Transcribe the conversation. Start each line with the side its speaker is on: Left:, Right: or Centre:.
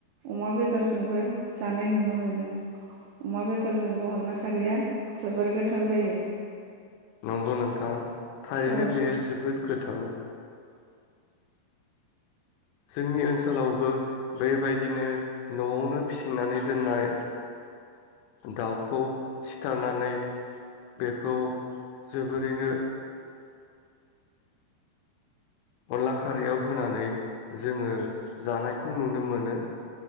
Right: अमा बेदरजोंबो जानाय नुनो मोनो अमा बेदरजोंबो अनला खारैया जोबोर गोथाव जायो
Left: नंगौ नोंथां थारैनो
Right: औ
Left: बेयो जोबोद गोथाव जोंनि ओनसोलावबो बेबायदिनो न'आवनो फिसिनानै दोननाय दाउखौ सिथारनानै बेखौ जोबोरैनो अनला खारैयाव होनानै जोंङो जानायखौ नुनो मोनो